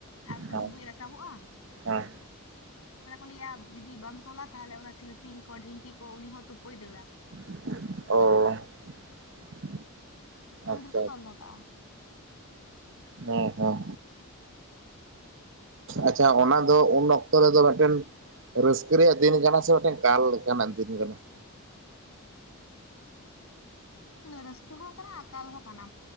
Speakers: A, on the left; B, on the right.
A: ᱟᱨᱠᱚ
B: ᱦᱮᱸ
A: ᱰᱩᱵᱩᱡ ᱨᱟᱠᱟᱵᱚᱜᱼᱟ
B: ᱦᱮᱸ
A: ᱛᱟᱦᱚᱞᱮ ᱠᱚ ᱞᱮᱭᱟ ᱡᱩᱫᱤ ᱵᱟᱢ ᱛᱚᱞᱟ ᱛᱟᱦᱚᱞᱮ ᱚᱱᱟ ᱥᱤᱞᱯᱤᱧ ᱠᱚ ᱰᱷᱤᱝᱠᱤ ᱠᱚ ᱩᱱᱤ ᱦᱚᱸ ᱛᱩᱯᱩᱭ ᱫᱟᱹᱲᱟ
B: ᱚ
A: ᱚᱱᱟ
B: ᱟᱪᱪᱷᱟ
A: ᱠᱷᱟᱹᱛᱤᱨ ᱠᱚ ᱛᱚᱞ ᱫᱚᱦᱚ ᱠᱟᱜᱼᱟ
B: ᱦᱮᱸ ᱦᱮᱸ ᱟᱪᱪᱷᱟ ᱚᱱᱟ ᱫᱚ ᱩᱱ ᱚᱠᱛᱚ ᱨᱮᱫᱚ ᱢᱤᱫᱴᱮᱱ ᱨᱟᱹᱥᱠᱟᱹ ᱨᱮᱭᱟᱜ ᱫᱤᱱ ᱠᱟᱱᱟ ᱥᱮ ᱢᱤᱫᱴᱮᱱ ᱠᱟᱞ ᱞᱮᱠᱟᱱᱟᱜ ᱫᱤᱱ ᱠᱟᱱᱟ <inaudible>
A: ᱨᱟᱹᱥᱠᱟᱹ ᱦᱚᱸ ᱠᱟᱱᱟ ᱟ ᱠᱟᱞ ᱦᱚᱸ ᱠᱟᱱᱟ